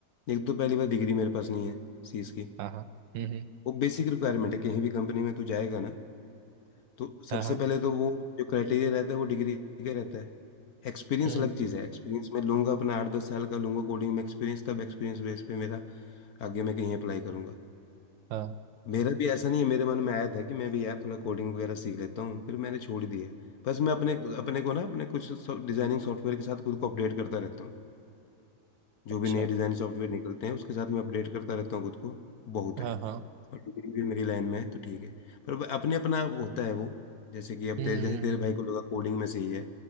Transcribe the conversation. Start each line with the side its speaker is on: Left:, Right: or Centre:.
Left: एक तो पहली बार डिग्री मेरे पास नहीं है सी एस की
Right: हाँ हाँ हम्म हम्म,
Left: वो बेसिक रिक्वायरमेंट है कहीं भी कंपनी में तू जाएगा ना तो सबसे
Right: हाँ हाँ
Left: पहले तो वो जो क्राइटेरिया रहता है वो डिग्री का रहता है एक्सपीरियंस
Right: हम्म
Left: अलग चीज़ है एक्सपीरियंस मैं लूंगा अपना आठ दस साल का लूंगा कोडिंग में एक्सपीरियंस तब एक्सपीरियंस बेस पे मेरा आगे मैं कहीं अप्लाई करूंगा
Right: हाँ
Left: मेरा भी ऐसा नहीं है मेरे मन में आया था कि मैं भी यार थोड़ा कोडिंग वगैरह सीख लेता हूँ फिर मैंने छोड़ ही दिया है बस मैं अपने अपने को ना अपने कुछ डिजाइनिंग सॉफ्टवेयर के साथ खुद को अपडेट करता रहता हूँ जो
Right: अच्छा
Left: भी नए डिजाइन सॉफ्टवेयर निकलते हैं उसके साथ मैं अपडेट करता रहता हूँ खुद को बहुत
Right: हाँ
Left: है
Right: हाँ
Left: और डिग्री भी मेरी लाइन में है तो ठीक है पर अपने अपना होता है वो जैसे कि अब
Right: हम्म
Left: तेरे जैसे तेरे
Right: हम्म
Left: भाई को लगा कोडिंग में सही है